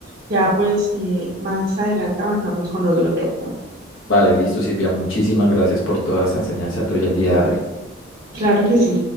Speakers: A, on the right; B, on the left.
A: Ya pues eh, más adelante avanzamos con otro tema.
B: Vale, listo, Silvia. Muchísimas gracias por toda esa enseñanza tuya el día de hoy.
A: Claro que sí.